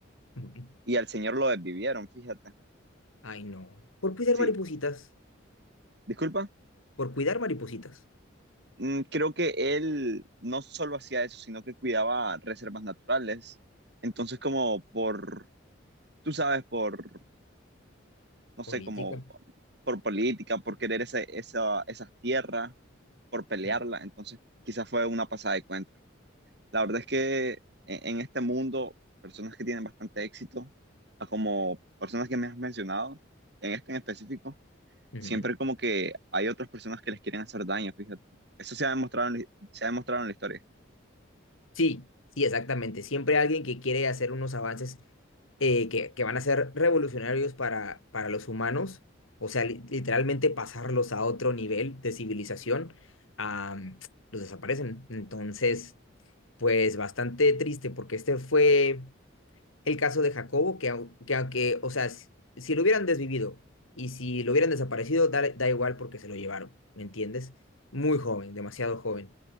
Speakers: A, on the left (about 90°); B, on the right (about 55°).
A: Ujú.
B: y al señor lo desvivieron, fíjate.
A: Ay, no. Por cuidar
B: Sí,
A: maripositas.
B: disculpa.
A: Por cuidar maripositas.
B: Mm, Creo que él no solo hacía eso, sino que cuidaba reservas naturales. Entonces, como por, tú sabes, por, no sé,
A: Política.
B: como por política, por querer ese- esa, esas tierras, por pelearla.
A: Mm,
B: Entonces, quizás fue una pasada de cuenta. La verdad es que en, en este mundo, personas que tienen bastante éxito, a como personas que me has mencionado, en este en específico,
A: ujú.
B: siempre como que hay otras personas que les quieren hacer daño, fíjate. Eso se ha demostrado en, la- se ha demostrado en la historia.
A: Sí, sí, exactamente. Siempre alguien que quiere hacer unos avances eh, que, que van a ser revolucionarios para, para los humanos, o sea, li- literalmente pasarlos a otro nivel de civilización, am, los desaparecen. Entonces, pues bastante triste porque este fue el caso de Jacobo, que, au- que aunque, o sea, si, si lo hubieran desvivido y si lo hubieran desaparecido, da, da igual porque se lo llevaron, ¿me entiendes? Muy joven, demasiado joven.